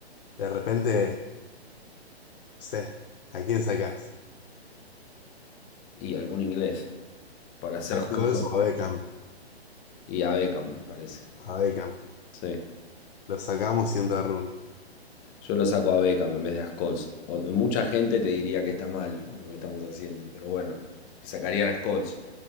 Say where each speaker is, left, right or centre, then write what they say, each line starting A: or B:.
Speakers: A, on the left; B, on the left.
A: De repente, no sé, ¿a quién sacás?
B: Y algún inglés, para ser
A: ¿A
B: justo.
A: Scholes o a Beckham?
B: Y a Beckham, me parece.
A: A Beckham.
B: Sí.
A: Lo sacamos y entra Rooney.
B: Yo lo saco a Beckham en vez de a Scholes. O- mucha gente te diría que está mal lo que estamos haciendo, pero bueno, sacarían a Scholes.